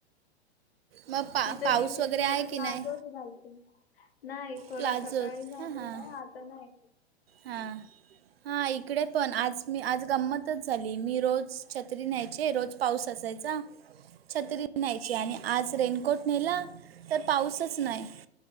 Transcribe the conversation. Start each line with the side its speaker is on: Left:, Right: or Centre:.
Right: मग पा
Left: ति तर
Right: पाऊस
Left: दिवसभर
Right: वगैरे आहे की
Left: प्लाजोच
Right: नाही
Left: घालते. नाही थोडा
Right: प्लाझोत
Left: सकाळी झालेला
Right: हां हां
Left: आता नाही.
Right: हां हां इकडे पण आज मी आज गंमतच झाली. मी रोज छत्री न्यायचे, रोज पाऊस असायचा, छत्री न्यायची आणि आज रेनकोट न्हेला, तर पाऊसच नाही.